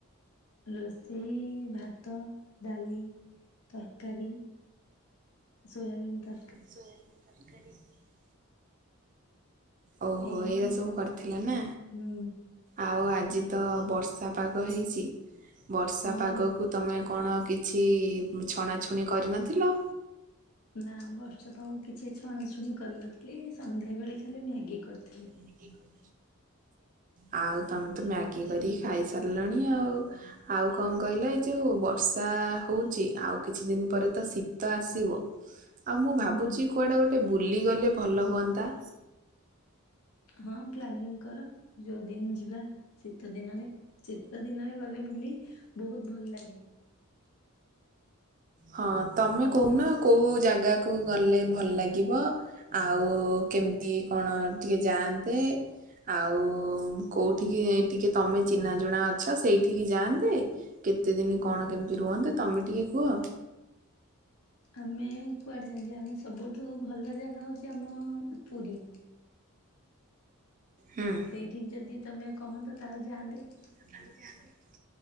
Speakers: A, on the left; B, on the right.
A: ରୋଷେଇ ଭାତ, ଡାଲି, ତରକାରୀ ସୋୟବିନ ତ
B: <unintelligible> ଓହୋ
A: ଏଇଆ
B: ଏଇଟା ସବୁ କରିଥିଲା ନା?
A: ହୁଁ
B: ଆଉ ଆଜି ତ ବର୍ଷା ପାଗ ହେଇଛି, ବର୍ଷା
A: ହଁ
B: ପାଗ କୁ ତୁମେ କଣ କିଛି ଛଣାଛୁଣି କରିନଥିଲ?
A: ନା ବର୍ଷ ତଉ କିଛି ଛଣାଛୁଣି କରିନଥିଲି ସନ୍ଧ୍ୟା ବେଳେ ଖାଲି ମ୍ୟାଗି କରିଥିଲି।
B: <inaudible> ଆଉ ତମେ ତ ମ୍ୟାଗି କରିକି ଖାଇସାରିଲଣି ଆଉ ଆଉ କଣ କହିଲା ଏଇ ଯୋଉ ବର୍ଷା ହଉଚି ଆଉ କିଛି ଦିନ ପରେ ତ ଶୀତ ଆସିବ। ଆଉ ମୁଁ
A: ହୁଁ
B: ଭାବୁଛି କୁଆଡେ ଗୋଟେ ବୁଲି ଗଲେ ଭଲ ହୁଅନ୍ତା?
A: ହଁ ପ୍ଲାନିଂ କର, ଯୋଉ ଦିନ ଯିବା। ଶୀତ ଦିନରେ, ଶୀତ ଦିନରେ ଗଲେ ବୁଲି, ବହୁତ ଭଲ ଲାଗେ।
B: ହଁ ତମେ କହୁନ କୋଉ ଜାଗାକୁ ଗଲେ ଭଲ ଲାଗିବ? ଆଉ କେମିତି କଣ ଟିକେ ଯାଆନ୍ତେ? ଆଉ କୋଉଠିକି ଟିକେ ତମେ ଚିହ୍ନା ଜଣା ଅଛ, ସେଇଠିକି ଯାଆନ୍ତେ କେତେ ଦିନି କଣ କେମିତି ରୁହନ୍ତେ, ତମେ ଟିକେ କୁହ
A: ଆମେ କୁଆଡେ <unintelligible> ଆମେ ସବୁଠୁ ଭଲ ଜାଗା ହଉଛି ଆମ ପୁରୀ
B: ହୁଁ।
A: ସେଇଠିକ ଯଦି ତମେ କହନ୍ତ ତାହେଲେ ଯାଆନ୍ତେ।
B: <unintelligible>